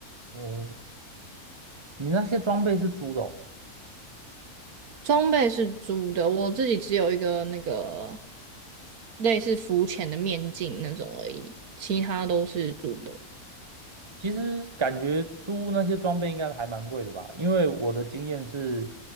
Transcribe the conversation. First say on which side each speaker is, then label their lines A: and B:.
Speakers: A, on the right; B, on the right.
A: 哦，你那些装备是租的哦？
B: 装备是租的，我自己只有一个那个类似浮潜的面镜那种而已，其他都是租的。
A: 其实感觉租那些装备应该还蛮贵的吧，因为我的经验是，